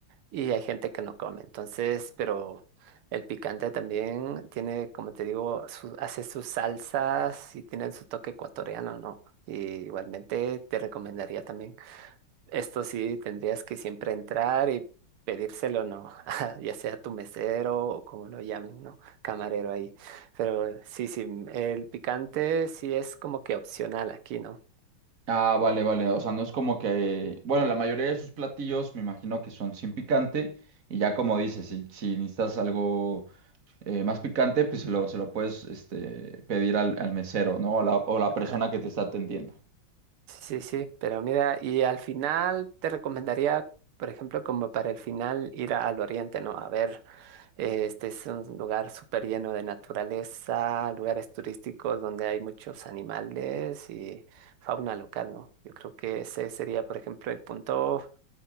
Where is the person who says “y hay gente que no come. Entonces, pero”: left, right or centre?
Right